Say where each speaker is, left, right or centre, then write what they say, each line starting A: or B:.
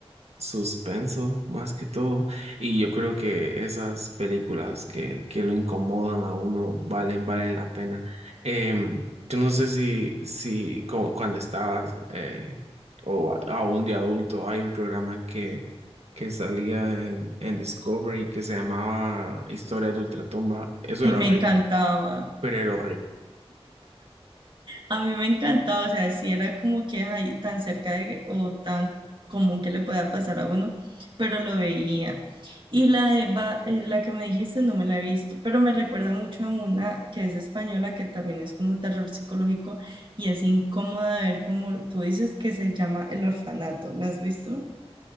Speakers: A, on the right; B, on the right.
A: suspenso más que todo. Y yo creo que esas películas que, que lo incomodan a uno valen, valen la pena. Em, yo no sé si, si cu- cuando estabas eh, o a- aún de adulto hay un programa que, que salía en, en Discovery que se llamaba Historias de Ultratumba. Eso
B: Ay,
A: era
B: me
A: horrible,
B: encantaba.
A: pero era horrible.
B: A mí me encantaba, o sea, sí era como que ahí tan cerca de, o tan común que le pueda pasar a uno, pero lo veía. Y la de Ba- eh, la que me dijiste no me la he visto, pero me recuerda mucho a una que es española, que también es como terror psicológico y es incómoda de ver como tú dices que se llama El Orfanato. ¿La has visto?